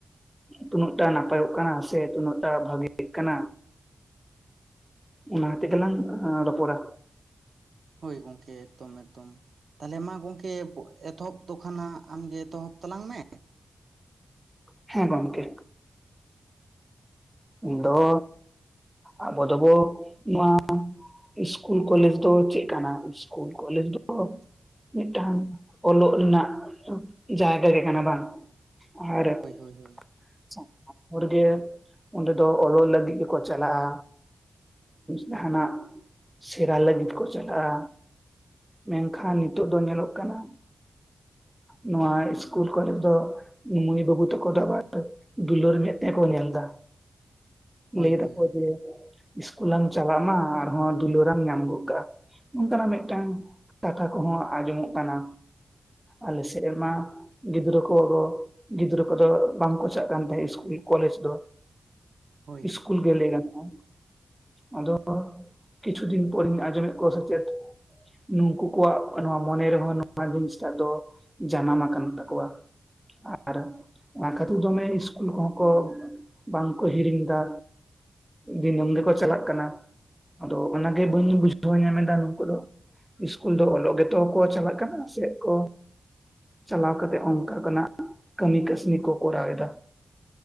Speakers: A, in the centre; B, on the right (about 75°).
A: ᱛᱩᱱᱟᱹᱜ ᱴᱟ ᱱᱟᱯᱟᱭᱚᱜ ᱠᱟᱱᱟ ᱥᱮ ᱛᱩᱱᱟᱹᱜ ᱴᱟ ᱵᱷᱟᱜᱮᱜ ᱠᱟᱱᱟ᱾ ᱚᱱᱟ ᱦᱟᱛᱮᱜᱮ ᱞᱟᱝ ᱨᱚᱯᱚᱲᱟ᱾
B: ᱦᱳᱭ ᱜᱚᱝᱠᱮ ᱮᱠᱫᱚᱢ ᱮᱠᱫᱚᱢ᱾ ᱛᱟᱞᱦᱮ ᱢᱟ ᱜᱚᱝᱠᱮ ᱮᱛᱚᱦᱚᱵ ᱫᱚ ᱠᱷᱟᱱᱟᱜ ᱟᱢᱜᱮ ᱮᱛᱚᱦᱚᱵ ᱛᱟᱞᱟᱝ ᱢᱮ᱾
A: ᱦᱮᱸ ᱜᱚᱝᱠᱮ᱾ ᱫᱚ ᱟᱵᱚ ᱫᱚᱵᱚ ᱱᱚᱣᱟ ᱤᱥᱠᱩᱞ ᱠᱚᱞᱮᱡᱽ ᱫᱚ ᱪᱮᱫ ᱠᱟᱱᱟ, ᱤᱥᱠᱩᱞ ᱠᱚᱞᱮᱡᱽ ᱫᱚ ᱢᱤᱫᱴᱟᱝ ᱚᱞᱚᱜ ᱨᱮᱱᱟᱜ ᱡᱟᱭᱜᱟ ᱜᱮ ᱠᱟᱱᱟ ᱵᱟᱝ? ᱟᱨ
B: ᱦᱳᱭ
A: <unintelligible>
B: ᱦᱳᱭ ᱦᱳᱭ᱾
A: ᱚᱨᱜᱮ ᱚᱸᱰᱮ ᱫᱚ ᱚᱞᱚᱜ ᱞᱟᱹᱜᱤᱫ ᱜᱮᱠᱚ ᱪᱟᱞᱟᱜ-ᱟ᱾ ᱡᱟᱸᱦᱟᱱᱟᱜ ᱥᱮᱲᱟ ᱞᱟᱹᱜᱤᱫ ᱠᱚ ᱪᱟᱞᱟᱜ-ᱟ᱾ ᱢᱮᱱᱠᱷᱟᱱ ᱱᱤᱛᱚᱜ ᱫᱚ ᱧᱮᱞᱚᱜ ᱠᱟᱱᱟ ᱱᱚᱣᱟ ᱤᱥᱠᱩᱞ ᱠᱚᱞᱮᱡᱽ ᱫᱚ ᱢᱟᱹᱭ ᱵᱟᱹᱵᱩ ᱛᱟᱠᱚ ᱫᱚ ᱟᱵᱟᱨ ᱫᱩᱞᱟᱹᱲ ᱢᱮᱫ ᱛᱮ ᱠᱚ ᱧᱮᱞᱫᱟ᱾
B: ᱦᱳᱭ
A: ᱞᱟᱹᱭ ᱫᱟᱠᱚ
B: ᱦᱳᱭ ᱦᱳᱭ
A: ᱡᱮ ᱤᱥᱠᱩᱞ ᱞᱟᱝ ᱪᱟᱞᱟᱜ ᱢᱟ, ᱟᱨᱦᱚᱸ ᱫᱩᱞᱟᱹᱨᱟᱢ ᱧᱟᱢ ᱜᱚᱫ ᱠᱟᱜ-ᱟ᱾ ᱚᱱᱠᱟᱱᱟᱜ ᱢᱤᱫᱴᱟᱝ ᱠᱟᱛᱷᱟ ᱠᱚᱦᱚᱸ ᱟᱸᱡᱚᱢᱚᱜ ᱠᱟᱱᱟ᱾ ᱟᱞᱮ ᱥᱮᱫ ᱢᱟ ᱜᱤᱫᱽᱨᱟᱹ ᱠᱚ ᱫᱚ ᱜᱤᱫᱽᱨᱟᱹ ᱠᱚᱫᱚ ᱵᱟᱝᱠᱚ ᱪᱟᱜ ᱠᱟᱱ ᱛᱟᱦᱮᱸᱜ ᱤᱥᱠᱩᱞ ᱠᱚᱞᱮᱡᱽ ᱫᱚ᱾
B: ᱦᱳᱭ
A: ᱤᱥᱠᱩᱞ ᱜᱮ ᱞᱟᱹᱭ ᱜᱟᱱᱚᱜ-ᱟ᱾ ᱟᱫᱚ ᱠᱤᱪᱷᱩ ᱫᱤᱱ ᱯᱚᱨᱤᱧ ᱟᱸᱡᱚᱢᱮᱫ ᱠᱚᱣᱟ ᱥᱮ ᱪᱮᱛ ᱱᱩᱱᱠᱩ ᱠᱚᱣᱟᱜ ᱱᱚᱣᱟ ᱢᱚᱱᱮ ᱨᱮᱦᱚᱸ ᱱᱚᱣᱟ ᱡᱤᱱᱤᱥᱴᱟᱜ ᱫᱚ ᱡᱟᱱᱟᱢ ᱟᱠᱟᱱ ᱛᱟᱠᱚᱣᱟ᱾ ᱟᱨ ᱚᱱᱟ ᱠᱷᱟᱹᱛᱤᱨ ᱫᱚᱢᱮ ᱤᱥᱠᱩᱞ ᱠᱚᱦᱚᱸ ᱠᱚ ᱵᱟᱝᱠᱚ ᱦᱤᱲᱤᱧ ᱮᱫᱟ, ᱫᱤᱱᱟᱹᱢ ᱜᱮᱠᱚ ᱪᱟᱞᱟᱜ ᱠᱟᱱᱟ᱾ ᱟᱫᱚ ᱚᱱᱟᱜᱮ ᱵᱟᱹᱧ ᱵᱩᱡᱷᱟᱹᱣ ᱧᱟᱢᱮᱫᱟ ᱱᱩᱝᱠᱩ ᱫᱚ ᱤᱥᱠᱩᱞ ᱫᱚ ᱚᱞᱚᱜ ᱜᱮᱛᱚ ᱠᱚ ᱪᱟᱞᱟᱜ ᱠᱟᱱᱟ, ᱥᱮᱜ ᱠᱚ ᱪᱟᱞᱟᱣ ᱠᱟᱛᱮᱜ ᱚᱱᱠᱟ ᱠᱟᱱᱟᱜ ᱠᱟᱹᱢᱤ ᱠᱟᱹᱥᱧᱤ ᱠᱚ ᱠᱚᱨᱟᱣᱮᱫᱟ᱾